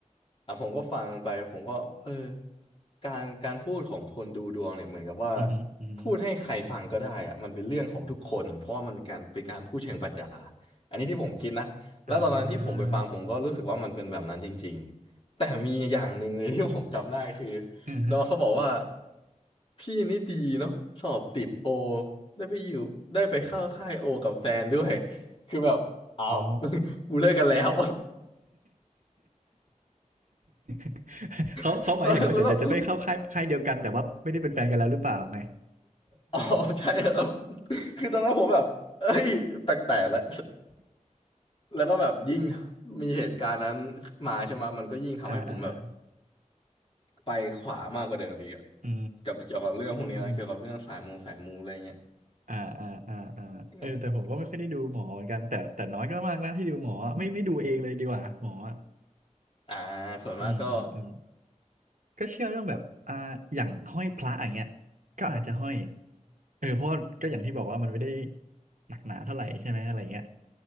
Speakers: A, on the left (about 40°); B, on the right (about 80°).
A: อ่ะผมก็ฟังไปผมก็เออการการพูดของคนดูดวงเนี่ยเหมือนกับว่า
B: อือฮึอือฮึ
A: พูดให้ใครฟังก็ได้อะมันเป็นเรื่องของทุกคนเพราะว่ามันการเป็นการพูดเชิงปรัชญาอันนี้ที่ผมคิดนะแล้วตอนนั้นที่ผมไปฟังผมก็รู้สึกว่ามันเป็นแบบนั้นจริงๆแต่มีอย่างหนึ่งเลย
B: อ่า
A: <laughs> ที่ผมจำได้คือ
B: อือฮึ
A: น้องเขาบอกว่าพี่นี่ดีเนาะสอบติดโอได้ไปอยู่ได้ไปเข้าค่ายโอกับแฟนด้วยคือแบบอ้าว
B: อ๋อ
A: <laughs> กูเลิกกันแล้ว
B: <laughs> เขาเขาหมายถึงว่าเดี๋ยวเดี๋ยวจะไปเข้าค่ายค่ายเดียวกันแต่ว่าไม่ได้เป็นแฟนกันแล้วหรือเปล่าไง
A: <laughs> ตอนนั้นแล้ว อ๋อใช่เออคือตอนนั้นผมแบบเอ้ย แปลกๆแล้ว แล้วก็แบบยิ่งมีเหตุการณ์นั้นมาใช่ไหมมันก็ยิ่งทำให้ผมแบบ
B: <laughs> อ่า <laughs> อ่าอ่า
A: ไปขวามากกว่าเดิมอีกอะ
B: อื
A: กับเกี่ยวกับเรื่องพวกนี้นะเกี่ยวกับเรื่องสายมูสายมูอะไรเงี้ย
B: มอ่าอ่าอ่าอ่าเออแต่ผมก็ไม่ค่อยได้ดูหมอเหมือนกันแต่แต่น้อยก็มากนะที่ดูหมออะไม่ไม่ดูเองเลยดีกว่าหมออะ
A: อืมอ่า ส่วนมากก็
B: อืมอืมอืม ก็เชื่อเรื่องแบบอ่าอย่างห้อยพระอย่างเงี้ยก็อาจจะห้อยเออเพราะว่าก็อย่างที่บอกว่ามันไม่ได้หนักหนาเท่าไหร่ใช่ไหมอะไรเงี้ย